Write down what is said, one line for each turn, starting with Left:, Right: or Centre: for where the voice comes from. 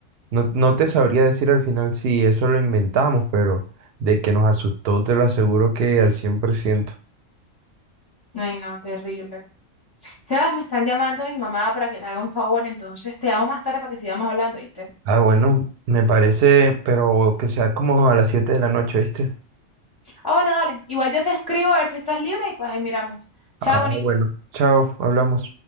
Right: no, no te sabría decir al final si eso lo inventamos, pero de que nos asustó, te lo aseguro que al cien por ciento
Left: Ay, no, terrible. Sebas, me están llamando mi mamá para que le haga un favor, entonces te llamo más tarde para que sigamos hablando, ¿viste?
Right: Ah, bueno, me parece, pero que sea como a las 7 de la noche, ¿viste?
Left: Ah, bueno, dale. Igual yo te escribo a ver si estás libre y pues ahí miramos. Chao,
Right: Ah,
Left: bonito.
Right: bueno, chao, hablamos.